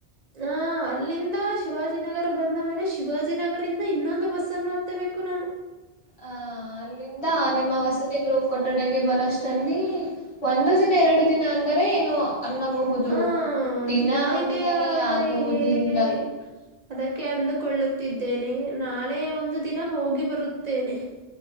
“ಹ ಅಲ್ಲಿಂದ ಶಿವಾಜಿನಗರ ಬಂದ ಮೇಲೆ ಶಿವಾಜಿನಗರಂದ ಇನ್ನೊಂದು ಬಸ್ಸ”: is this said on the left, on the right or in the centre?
Right